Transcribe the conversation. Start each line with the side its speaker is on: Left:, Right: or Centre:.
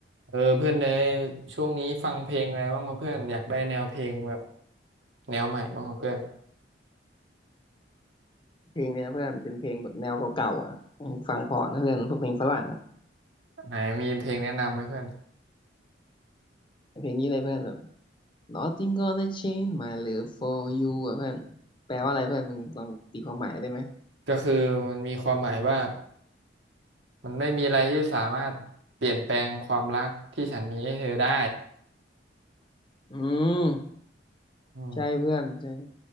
Right: เออเพื่อนเนยช่วงนี้ฟังเพลงอะไรบ้างวะเพื่อนอยากได้แนวเพลงแบบแนวใหม่บ้างวะเพื่อน
Left: เพลงเนี้ยเพื่อนเป็นเพลงแบบแนวเก่าๆอ่ะฟังเพราะนะเพื่อนพวกเพลงฝรั่งอ่ะ
Right: ไหนมีเพลงแนะนำไหมเพื่อน
Left: เพลงนี้เลยเพื่อนแบบ Nothing gonna change my love for you อ่ะเพื่อนแปลว่าอะไรเพื่อนมึงลองตีความหมายได้ไหม
Right: ก็คือมันมีความหมายว่ามันไม่มีอะไรที่สามารถเปลี่ยนแปลงความรักที่ฉันมีให้เธอได้
Left: อืม
Right: อืม
Left: ใช่เพื่อนใช่